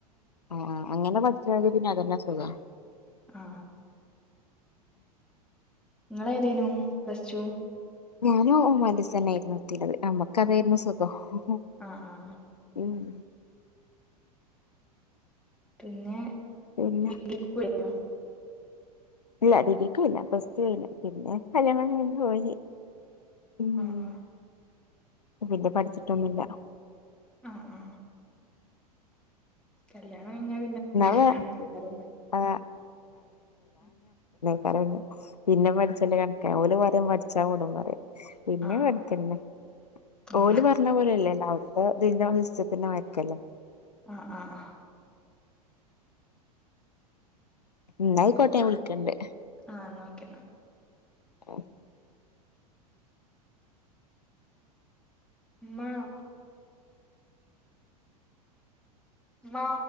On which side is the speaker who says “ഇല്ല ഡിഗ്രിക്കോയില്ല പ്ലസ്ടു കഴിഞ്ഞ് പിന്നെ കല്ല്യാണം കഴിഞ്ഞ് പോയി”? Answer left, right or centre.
Left